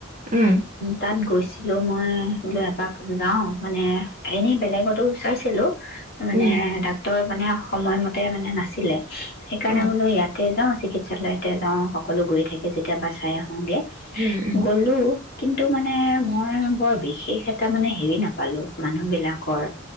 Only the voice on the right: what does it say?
উম
উম
অ
উম উম